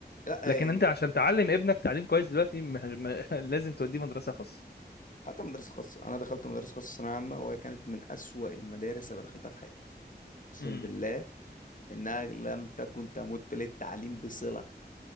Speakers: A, on the left; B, on the left.
A: لا
B: لكن
A: يعني
B: انت عشان تعلم ابنك تعليم كويس دلوقتي مح... م... <laughs> لازم توديه مدرسه خاص
A: حتى مدرسه خاصه انا دخلت مدرسه خاصه ثانويه عامه وهي كانت من اسوأ المدارس اللي دخلتها في حياتي اقسم
B: امم
A: بالله انها لم تكن تمت للتعليم بصله